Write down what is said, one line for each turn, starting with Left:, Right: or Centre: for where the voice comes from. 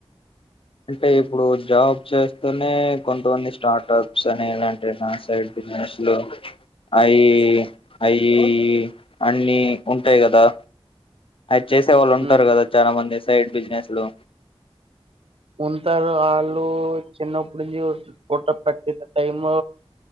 Left: అంటే ఇప్పుడు జాబ్ చేస్తూనే కొంతమంది స్టార్టప్స్ అని ఇలాంటి నాన్ సైడ్ బిజినెస్లు అయి యి అయి అన్ని ఉంటాయి కదా అది చేసే వాళ్ళు ఉంటారు
Right: ఉం.
Left: కదా చాలా మంది సైడ్ బిజినెస్ లో
Right: ఉంటారు వాళ్ళు చిన్నప్పుటి నుంచి పుట్ట పట్ టైమ్